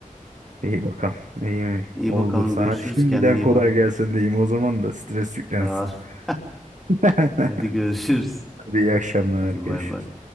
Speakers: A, on the right (about 65°); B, in the centre.
A: İyi bakalım. İyi mi?
B: İyi
A: Oldu
B: bakalım
A: sana.
B: görüşürüz.
A: Şimdiden
B: Kendine iyi
A: kolay
B: bak.
A: gelsin diyeyim. O zaman da stres yüklensin.
B: Sağ ol. <laughs>
A: <laughs>
B: Hadi görüşürüz.
A: Hadi iyi akşamlar.
B: Hadi
A: Görüşürüz.
B: bay bay.